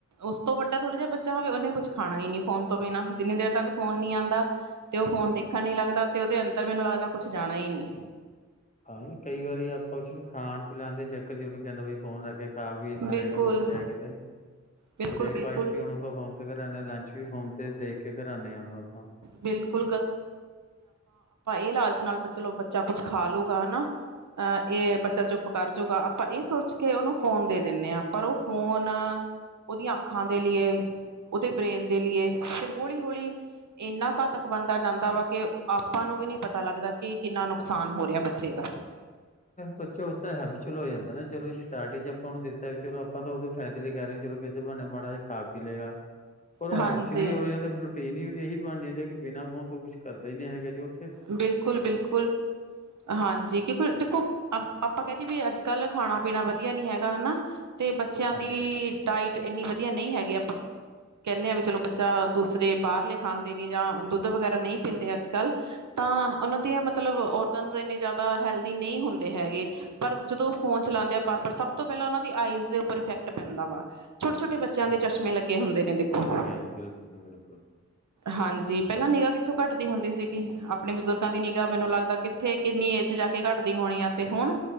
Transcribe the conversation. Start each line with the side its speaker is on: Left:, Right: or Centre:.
Right: ਉਸ ਤੋਂ ਵੱਡਾ ਥੋੜਾ ਜਿਹਾ ਬੱਚਾ ਹੋਵੇ, ਉਹਨੇ ਕੁਛ ਖਾਣਾ ਹੀ ਨੀ ਫੋਨ ਤੋਂ ਬਿਨਾ। ਜਿੰਨੀ ਦੇਰ ਤੱਕ ਫੋਨ ਨੀ ਆਂਦਾ, ਤੇ ਉਹ ਫੋਨ ਦੇਖਣ ਨੀ ਲੱਗਦਾ, ਤੇ ਉਹਦੇ ਅੰਦਰ ਮੈਨੂੰ ਲੱਗਦਾ ਕੁਛ ਜਾਣਾ ਹੀ ਨੀ।
Left: ਹਾਂ, ਕਈ ਵਾਰੀ ਆਪਾਂ ਉਸਨੂੰ ਖਾਣ ਪਿਲਾਉਣ ਦੇ ਚੱਕਰ ਚ ਉਹਨੂੰ ਕਹਿੰਦਾ ਬ, ਫੋਨ ਰੱਖ ਕੇ ਹਾਂ, ਵੇਖ ਲਏਗਾ
Right: ਬਿਲਕੁਲ
Left: ਕੁਛ ਜਾਏਗਾ ਤੇ ਨੀ।
Right: ਬਿਲਕੁਲ
Left: ਬ੍ਰੇਕਫਾਸਟ
Right: ਬਿਲਕੁਲ
Left: ਵੀ ਉਹਨੂੰ ਆਪਾਂ ਫੋਨ ਤੇ ਕਰਾਦੇ ਹ, ਲੰਚ ਵੀ ਫੋਨ ਤੇ ਦੇਖ ਕੇ ਕਰਾਦੇ ਆ ਉਹਨੂੰ ਆਪਾਂ,
Right: ਬਿਲਕੁਲ ਇ ਲਾਲਚ ਨਾਲ ਚਲੋ, ਬੱਚਾ ਕੁਛ ਖਾ ਲਊਗਾ ਹਨਾ। ਅਹ, ਇਹ ਬੱਚਾ ਚੁੱਪ ਕਰ ਜੂਗਾ ਆਪਾਂ ਇਹ ਸੋਚ ਕੇ ਉਹਨੂੰ ਫੋਨ ਦੇ ਦਿੰਦੇ ਆ, ਪਰ ਉਹ ਫੋਨ ਉਹਦੀਆਂ ਅੱਖਾਂ ਦੇ ਲਈ, ਉਹਦੇ ਬ੍ਰੇਨ ਦੇ ਲਈ। ਫਿਰ ਹੌਲੀ ਹੌਲੀ ਇੰਨਾ ਘਾਤਕ ਬਣਦਾ ਜਾਂਦਾ ਵਾ, ਕਿ ਆਪਾਂ ਨੂੰ ਵੀ ਨਹੀਂ ਪਤਾ ਲੱਗਦਾ ਕਿ ਕਿੰਨਾ ਨੁਕਸਾਨ ਹੋ ਰਿਹਾ ਬੱਚੇ ਦਾ।
Left: ਬੱਚਾ ਉਸ ਦਾ ਹੈਬਚੁਅਲ ਹੋ ਜਾਂਦਾ ਹੈ ਨਾ, ਚਲੋ ਸਟਾ <unintelligible> ਚ ਆਪਾਂ ਨੂੰ ਦਿੱਤਾ ਵੀ ਚਲੋ ਆਪਾਂ ਤਾਂ ਉੋਂ ਫਾਇਦੇ ਲਈ ਕਹ ਰਹੇ ਹਾਂ ਚਲੋ ਬਣੇ, ਮਾੜਾ ਜਿਹਾ ਖਾ ਪੀ ਲਏਗਾ, ਪਰ ਉਹ
Right: ਹਾਂਜੀ।
Left: ਹੈਵਚਲੀ ਹੋ ਜਾਂਦਾ। ਫਿਰ ਰੂਟੀਨ ਹੀ ਇਹੀ ਬਣ ਜਾਂਦੀ ਕਿ ਬਿਨਾਂ ਫੋਨ ਤੋਂ ਕੁਛ ਕਰਦੇ ਨੀ, ਹੈਗਾ ਜੀ ਉਹ
Right: ਬਿਲਕੁਲ ਬਿਲਕੁਲ, ਹਾਂਜੀ ਕਿਉੰਕਿ ਦੇਖੋ, ਆਪਾਂ ਕਹਿਦੀਏ ਵੀ ਅੱਜ ਕੱਲ੍ਹ ਖਾਣਾ-ਪੀਣਾ ਵਧੀਆ ਨੀ ਹੈਗਾ, ਹਨਾ? ਤੇ ਬੱਚਿਆਂ ਦੀ
Left: ਹਾਂਜੀ
Right: ਡਾਇਟ? ਇੰਨੀ ਵਧੀਆ ਨਹੀਂ ਹੈਗੀ। ਆਪਾਂ ਕਹਿੰਦੇ ਹਾਂ ਵੀ ਚਲੋ, ਬੱਚਾ ਦੂਸਰੇ ਬਾਹਰਲੇ ਖਾਂਦੇ ਨੇ, ਜਾਂ ਦੁੱਧ ਵਗੈਰਾ ਨਹੀਂ ਪੀਂਦੇ ਅੱਜ ਕੱਲ੍ਹ ਤਾਂ ਉਹਨਾਂ ਦੀਆਂ ਮਤਲਬ ਔਰਗਨਜ਼ ਇੰਨੇ ਜ਼ਿਆਦਾ ਹੈਲਦੀ ਨਹੀਂ ਹੁੰਦੇ ਹੈਗੇ। ਪਰ ਜਦੋਂ ਉਹ ਫੋਨ ਚਲਾਉਂਦੇ ਆ, ਬਾਰ-ਬਾਰ ਸਭ ਤੋਂ ਪਹਿਲਾਂ ਉਹਨਾਂ ਦੀ ਆਈਜ਼ ਦੇ ਉੱਪਰ ਇਫੈਕਟ ਪੈਂਦਾ ਵਾ। ਛੋਟੇ-ਛੋਟੇ, ਬੱਚਿਆ
Left: ਹਾਂਜੀ
Right: ਦੇ ਚਸ਼ਮੇ ਲੱਗੇ ਹੁੰਦੇ ਨੇ ਵੇਖੋ।
Left: ਲੱਗਿਆ ਜੀ ਬਿਲਕੁਲ ਜੀ ਬਿਲਕੁਲ।
Right: ਹਾਂਜੀ ਜੀ, ਪਹਿਲਾਂ ਨਿਗਾਹ ਕਿੱਥੋਂ ਘੱਟਦੀ ਹੁੰਦੀ ਸੀਗੀ? ਆਪਣੇ ਬਜ਼ੁਰਗਾਂ ਦੀ ਨਿਗਾਹ ਮੈਨੂੰ ਲੱਗਦਾ ਕਿੱਥੇ, ਕਿੰਨੀ ਏਜ ਜਾ ਕੇ ਘੱਟਦੀ ਹੋਣੀ ਆ। ਤੇ ਹੁਣ